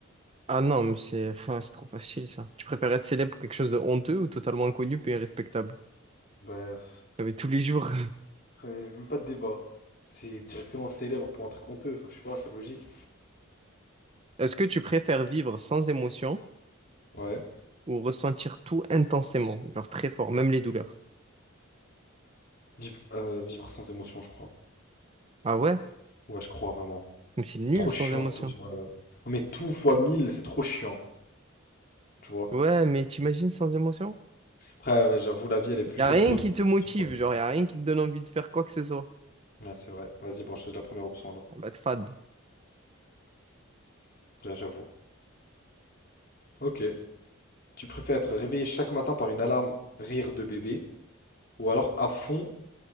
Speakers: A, on the right; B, on the left.
A: Ah non, mais c'est enfin, c'est trop facile ça. Tu préfères être célèbre pour quelque chose de honteux ou totalement inconnu et respectable?
B: bref.
A: Mais tous les jours.
B: Même pas de débat. C'est directement célèbre pour un truc honteux, enfin, je sais pas, c'est logique.
A: Est-ce que tu préfères vivre sans émotion
B: Ouais.
A: ou ressentir tout intensément, genre très fort, même les douleurs?
B: Viv- euh, vivre sans émotion, je crois.
A: Ah ouais?
B: Ouais, je crois vraiment.
A: Mais c'est nul
B: C'est trop chiant
A: sans émotion.
B: Ouais, tout vivre. euh. Non, mais tout fois 1000 c'est trop chiant, tu vois.
A: Ouais, mais t'imagines sans émotion?
B: Après, ouais, j'avoue, la vie, elle est plus
A: Y a
B: savoureuse
A: rien qui
B: que
A: te
B: tu
A: motive,
B: vis tout fois 1000.
A: genre y a rien qui te donne envie de faire quoi que ce soit.
B: Ouais, c'est vrai. Vas-y, bon, je choisis la première option alors.
A: Ah Bah, te fade.
B: Là, j'avoue. Ok. Tu préfères être réveillé chaque matin par une alarme rire de bébé ou alors à fond